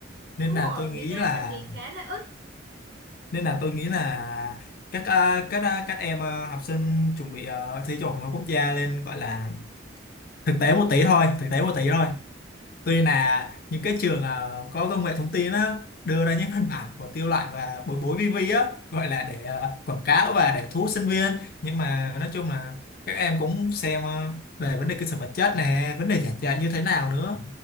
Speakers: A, on the left; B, on the right.
A: nên
B: đúng
A: là
B: rồi
A: tôi
B: ở Việt
A: nghĩ
B: Nam
A: là
B: mình thì khá là ít
A: nên là tôi nghĩ là các ờ, các ờ, các em ờ, học sinh chuẩn bị ờ, thi trung học phổ thông quốc gia lên gọi là thực tế một tí thôi thực tế một tí thôi tuy là những cái trường ờ, có công nghệ thông tin á đưa ra những hình ảnh của Tiêu Loại và Bối Bối vi vi á gọi là để ờ, quảng cáo và để thu hút sinh viên nhưng mà nói chung là các em cũng xem ờ, về vấn đề cơ sở vật chất này vấn đề giảng dạy như thế nào nữa